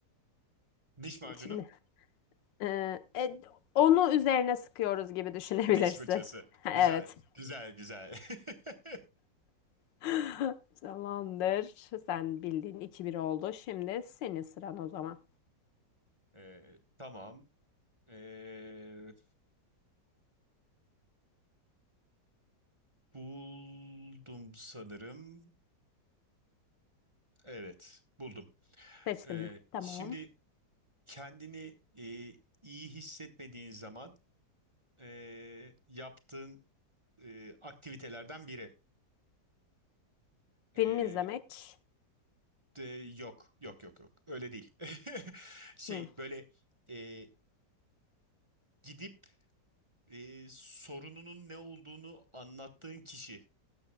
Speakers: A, on the right; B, on the left.
A: Diş macunu.
B: şimdi Ee, e, onu üzerine sıkıyoruz gibi düşünebilirsin.
A: Diş fırçası.
B: <laughs>
A: Güzel.
B: Evet.
A: Güzel güzel. <laughs>
B: <laughs> Tamamdır. Sen bildiğin 2-1 oldu. Şimdi senin sıran o zaman.
A: Ee, tamam. Ee, buldum sanırım. Evet, buldum.
B: Seçtin
A: Ee,
B: mi? Tamam.
A: şimdi kendini e, iyi hissetmediğin zaman e, yaptığın e, aktivitelerden biri.
B: Film
A: Ee,
B: izlemek.
A: de, yok, yok, yok, yok. Öyle değil. <laughs> Şey,
B: Hı.
A: böyle e, gidip e, sorununun ne olduğunu anlattığın kişi.